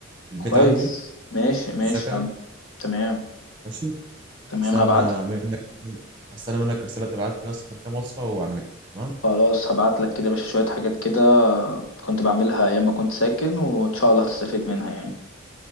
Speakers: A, on the right; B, on the left.
A: في البيت
B: كويس
A: عندي في
B: ماشي ماشي
A: السكن
B: هم. تمام
A: ماشي
B: تمام
A: استنى
B: هبعت لك
A: منك استنى منك رسالة تبعت لي مثلا كام وصفة واعملها تمام
B: خلاص هبعت لك كده يا باشا شوية حاجات كده كنت بعملها ايام ما كنت ساكن وان شاء الله هتستفيد منها يعني